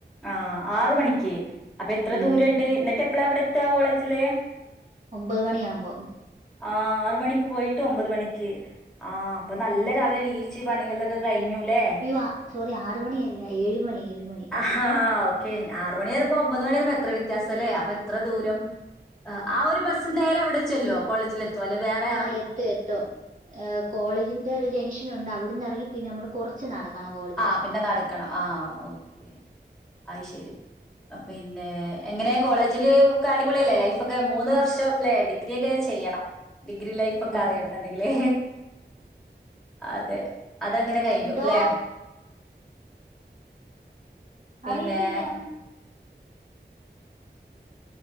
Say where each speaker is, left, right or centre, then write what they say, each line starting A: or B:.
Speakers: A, in the centre; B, on the right (about 45°).
A: ആഹ് ആറ് മണിക്ക് അപ്പം എത്ര
B: ഉം
A: ദൂരണ്ട് ഇന്നെട്ട് എപ്പളാ ഇവടെ എ ത്താ കോളേജില്
B: ഒമ്പത് മണിയാവുമ്പം
A: ആഹ് ആറ് മണിക്ക് പോയിട്ട് ഒമ്പത് മണിക്ക് ആഹ് അപ്പം നല്ല രാവിലെ നീച്ച് പണികളൊക്കെ കഴിഞ്ഞുലേ
B: അയ്യോ സോറി ആറ് മണി അല്ല ഏഴ് മണി ഏഴ് മണി
A: ആഹ് ഓക്കെ ആറ് മണി പറയുമ്പോ ഒമ്പത് മണിന്ന് പറയുമ്പോ എത്ര വ്യ ത്യാസം ലേ അപ്പൊ എത്ര ദൂരം ആ ഒരു ബസ്സ് നേരെ അവിടെ ചെല്ലോ കോളേജില് എ <unintelligible>
B: ആഹ് എത്തും എത്തും ഏ കോളേജിന്റെ ഒരു ജംഗ്ഷനുണ്ട് അവിട്ന്ന് എറങ്ങി പിന്നെ നമ്മള് കൊറ ച്ചു നടക്കണം കോ
A: ആഹ് പിന്നെ നടക്കണം ആഹ് ഓക്കെ അത് ശരി അപ്പ പിന്നെ എങ്ങനെ കോളേജില് ഒക്കെ അടിപൊളിയല്ലേ ലൈഫൊക്കെ മൂന്ന് വർഷം ലേ ഡിഗ്രിയൊക്കെ ചെയ്യണം ഡിഗ്രി ലൈഫൊക്കെ
B: ഉം.
A: അറിയണന്ന്ണ്ടെങ്കില് അതെ അതങ്ങനെ കഴിഞ്ഞു
B: എന്തോ
A: ലേ പിന്നെ
B: അറിയത്തില്ലാ